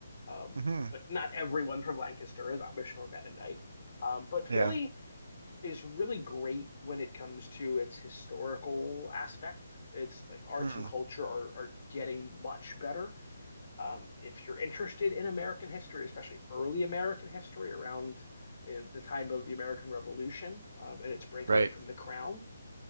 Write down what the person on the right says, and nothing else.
hmm
Yeah.
Mm,
right.